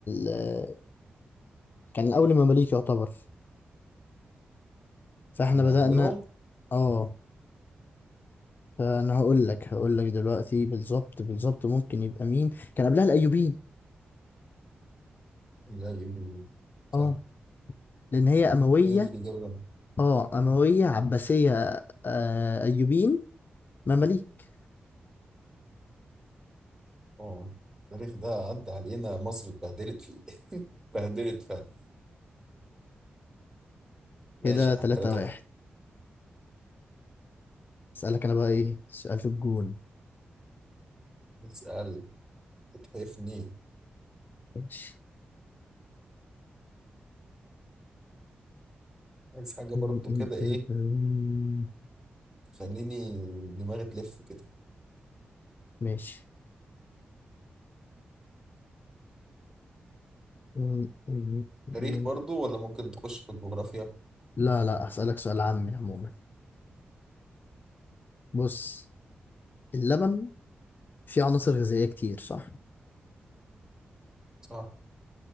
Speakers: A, on the left; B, on the right.
A: آه، كان أول مماليك يعتبر فإحنا
B: من
A: بدأنا
B: أولهم
A: آه فأنا هقول لك هقول لك دلوقتي بالظبط بالظبط ممكن يبقى مين كان قبلها الأيوبيين
B: الأيوبيين صح
A: آه لأن هي أموية
B: هي دي الإجابة اللي أنا-
A: آه أموية عباسية آه أيوبيين مماليك
B: اه التاريخ ده عدى علينا مصر اتبهدلت فيه <laughs> اتبهدلت فعلا ماشي
A: كده
B: يا
A: تلاتة
B: عم 3
A: واحد
B: واحد
A: أسألك أنا بقى إيه سؤال في الجون
B: نسأل تتحفني
A: ماشي.
B: عايز حاجة برضو
A: م- م-
B: كده إيه
A: م- م-
B: خليني دماغي تلف كده
A: ماشي م- م-
B: تاريخ
A: م-
B: برضو ولا ممكن تخش في الجغرافيا
A: لا لا هسألك سؤال عامي عموما بص اللبن فيه عناصر غذائية كتير صح؟
B: صح